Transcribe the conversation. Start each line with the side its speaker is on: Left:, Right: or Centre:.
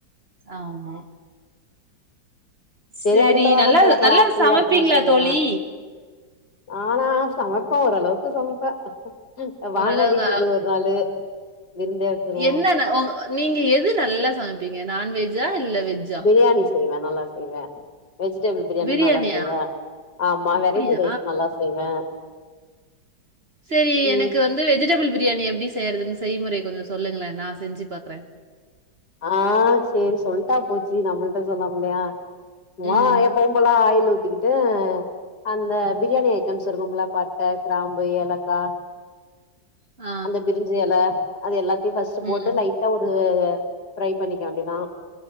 Right: ஆமா
Left: செரி
Right: சேரி
Left: அடுத்த வாரம்
Right: நல்லா
Left: போகலா
Right: நல்லா
Left: ஃப்ரீயா
Right: சமைப்பீங்களா
Left: இருக்கமோது சொல்லுங்க
Right: தோழி
Left: ஆஹ் நா சமப்ப ஓரளவுக் கு சமப்பா உம் அ
Right: ஓரளவுக்கு
Left: வாங்க வீட்டுக்கு ஒரு நாளு விருந்தே வச்சிருவோ
Right: என்னன்ன ஓ நீங்க எது நல்லா சமைப்பீங்க நான்வெஜ் ஜ இல்ல வெஜ்ஜா
Left: ப்ரியணி செய்வே நல்லா செய்வே வெஜிடபிள் ப்ரியாணி
Right: பிரியாணியா
Left: நல்லா செய்வே ஆமா
Right: அப்டியா
Left: வெரைட்டி ரைஸ் நல்லா செய்வே <inaudible>
Right: செரி
Left: ம்
Right: எனக்கு வந்து வெஜிடபிள் ப்ரியாணி எப்டி செய்யறதுன்னு செய்முறைய கொஞ்சோ சொல்லுங்களே நா செஞ்சு பாக்குறே
Left: ஆஹ் செரி சொல்ட்டா போச்சு நம்மட்ட சொல்லாம்மலியா <unintelligible>
Right: ம்
Left: எப்பவு போல ஆயிலு உத் திட்டு அந்த ப்ரியாணி ஐ டம்ஸ் இருக்கும்லா பட்ட கிராம்பு ஏலக்கா
Right: ஆ
Left: அந்த ப்ரிஞ்சி எல அது எல்லாத் தி ஃபஸ்ட்
Right: ம்
Left: போட்டு லைட்டா ஒரு <inaudible> ஃப்ரை பண்ணிக்க வேண்டியதா